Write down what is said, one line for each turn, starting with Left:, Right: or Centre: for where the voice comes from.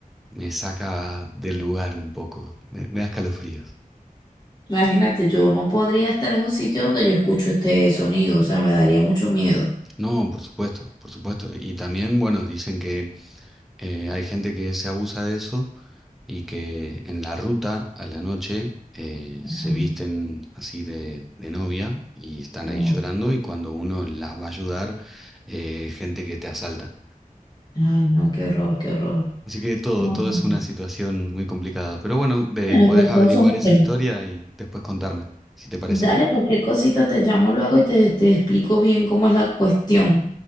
Centre: me saca del lugar un poco, me, me da escalofríos.
Left: Imagínate, yo no podría estar en un sitio donde yo escucho este sonido, o sea, me daría mucho miedo.
Centre: No, por supuesto, por supuesto. Y también, bueno, dicen que eh, hay gente que se abusa de eso y que en la ruta a la noche eh,
Left: Ajá,
Centre: se visten así de, de novia y están
Left: no,
Centre: ahí llorando y cuando uno las va a ayudar, eh, gente que te asalta.
Left: Ay, no, qué horror, qué horror.
Centre: Así que todo,
Left: no,
Centre: todo
Left: no,
Centre: es una
Left: no.
Centre: situación muy complicada. Pero bueno, de,
Left: Bueno,
Centre: podés
Left: pero todos
Centre: averiguar
Left: son
Centre: esa
Left: sueños.
Centre: historia y después contarme, si te parece.
Left: Dale, cualquier cosita te llamo luego y te, te explico bien cómo es la cuestión.